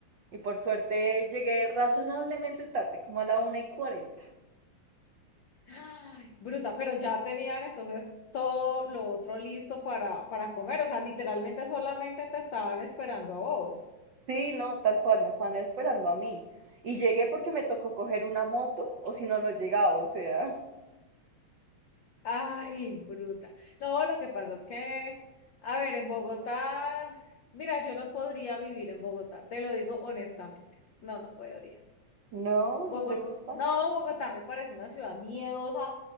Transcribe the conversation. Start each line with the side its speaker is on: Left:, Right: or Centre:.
Right: Y por suerte llegué razonablemente tarde, como a la una y cuarenta.
Left: Ay, bruta, pero ya tenían entonces todo lo otro listo para, para comer, o sea, literalmente solamente te estaban esperando a vos.
Right: Sí, no, tal cual, me estaban esperando a mí. Y llegué porque me tocó coger una moto, o si no, no llegaba, o sea.
Left: Ay, bruta. No, lo que pasa es que, a ver, en Bogotá, mira, yo no podría vivir en Bogotá, te lo digo honestamente, no, no podría.
Right: No, ¿no
Left: Bogotá,
Right: te gusta?
Left: no, Bogotá me parece una ciudad miedosa